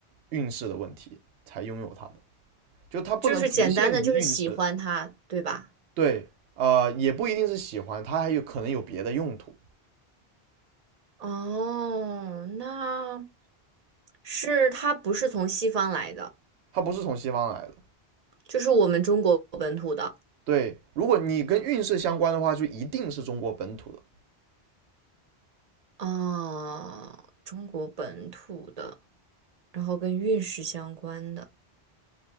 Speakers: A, on the right; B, on the right.
A: 运势的问题才拥有它的，就它不能局限于运势。
B: 就是简单的就是喜欢它，对吧？
A: 对，呃，也不一定是喜欢，它还有可能有别的用途，
B: 哦，那是它不是从西方来的，
A: 它不是从西方来的。
B: 就是我们中国本土的
A: 对，如果你跟运势相关的话，就一定是中国本土的，
B: 哦，中国本土的，然后跟运势相关的，